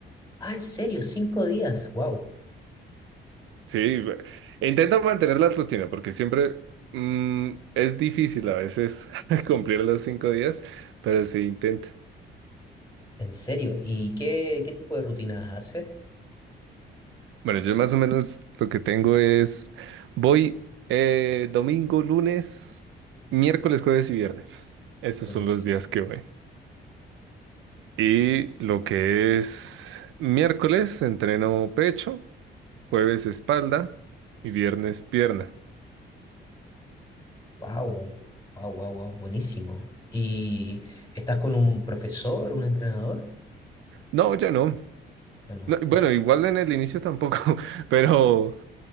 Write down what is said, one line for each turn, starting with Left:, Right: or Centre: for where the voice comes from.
Left: Ah, en serio, cinco días, wow,
Right: Sí, be- intento mantener la rutina porque siempre mm, es difícil a veces <laughs> cumplir los cinco días, pero se intenta.
Left: en serio. ¿Y qué, qué tipo de rutinas haces?
Right: Bueno, yo más o menos lo que tengo es, voy eh, domingo, lunes, miércoles, jueves y viernes. Esos
Left: Buenísimo,
Right: son los días que voy. Y lo que es miércoles, entreno pecho, jueves espalda y viernes pierna.
Left: wow, wow, wow, wow, buenísimo. ¿Y estás con un profesor, un entrenador?
Right: No, ya no.
Left: Ya no,
Right: No, bueno, igual en el inicio tampoco, <laughs> pero,